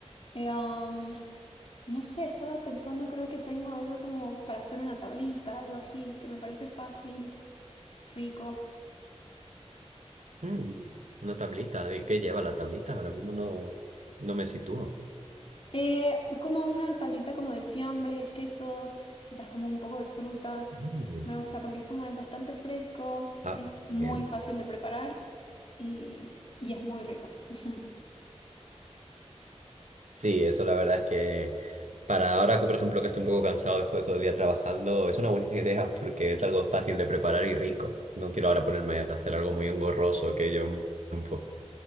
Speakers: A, on the left; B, on the right.
A: Eh, am, no sé, estaba pensando, creo que tengo algo como para hacer una tablita, algo así, que me parece fácil, rico.
B: Mm, una tablita. ¿De qué lleva la tablita? Ahora mismo no, no me sitúo.
A: Eh, como una tablita como de fiambres, quesos, quizás como un poco de fruta.
B: Mm,
A: Me gusta porque es como es bastante fresco,
B: Ah,
A: es muy
B: bien.
A: fácil de preparar y, y es muy rico. <laughs>
B: Sí, eso la verdad es que para ahora que por ejemplo que estoy un poco cansado después de todo el día trabajando, es una buena <laughs> idea porque es algo fácil de preparar y rico. No quiero ahora ponerme a hacer algo muy engorroso que lleve un tiempo.